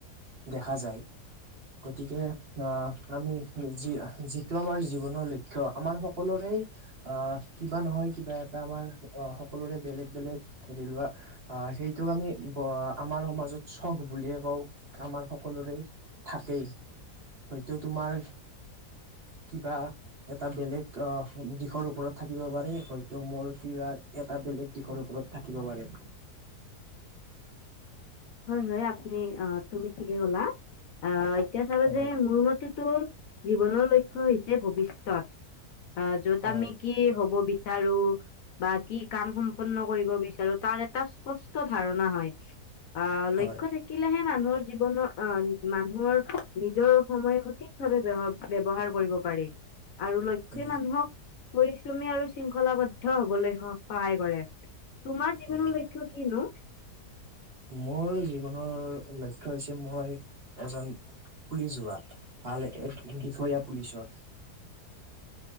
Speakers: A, on the right; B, on the left.
A: দেখা যায় গতিকে আহ, আমি যি যিটো আমাৰ জীৱনৰ লক্ষ্য আমাৰ সকলোৰে। অ, কিবা নহয় কিবা এটা আমাৰ অ, সকলোৰে বেলেগ বেলেগ কৰিৰি লোৱা। আহ সেইটোক আমি আমাৰ সমাজত চখ বুলিয়ে কওঁ আমাৰ সকলোৰে। থাকেই হয়তো তোমাৰ কিবা। এটা বেলেগ আহ দিশৰ ওপৰত থাকিব পাৰে হয়তো মোৰ কিবা। এটা বেলেগ দিশৰ ওপৰত থাকিব পাৰে।
B: হয় হয় আপুনি অ, তুমি ঠিকে ক'লা। আহ এতিয়া চাব
A: হয়
B: যে মোৰ মতেতো জীৱনৰ লক্ষ্য় হৈছে ভৱিষ্যত। অ, যত
A: হয়
B: আমি কি হ'ব বিচাৰো। বা কি কাম সম্পূৰ্ন কৰিব বিচাৰো তাৰ এটা স্পষ্ট ধাৰণা হয়। অ, লক্ষ্য
A: হয়
B: থাকি থাকিলেহে মানুহৰ জীৱনৰ আহ মানুহৰ নিজৰ সময় সঠিকভাৱে ব্যৱহাৰ। ব্যৱহাৰ কৰিব পাৰি আৰু লক্ষ্য।
A: উম
B: সেই মানুহক পৰিশ্ৰমী আৰু শৃংখলাবদ্ধ হ'বলৈ সহায় কৰে। তোমাৰ জীৱনৰ
A: উম
B: লক্ষ্য কিনো?
A: মোৰ জীৱনৰ লক্ষ্য হৈছে মই এজন পুলিচ হোৱা। ভাল এক বিষয়া পুলিচৰ।